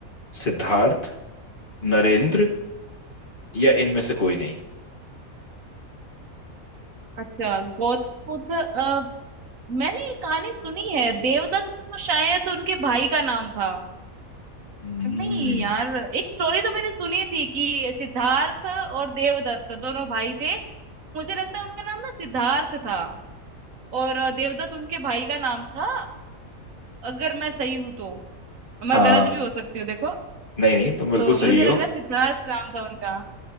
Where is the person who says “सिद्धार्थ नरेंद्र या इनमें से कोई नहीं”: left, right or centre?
Left